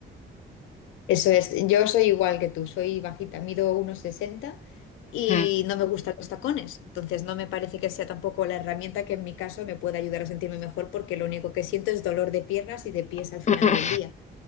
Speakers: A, on the left (about 90°); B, on the left (about 35°).
A: Eso es, yo soy igual que tú, soy bajita, mido uno sesenta y
B: Mm,
A: no me gustan los tacones, entonces no me parece que sea tampoco la herramienta que en mi caso me pueda ayudar a sentirme mejor porque lo único que siento es dolor de piernas y de pies
B: <laughs>
A: al final
B: mm,
A: del día.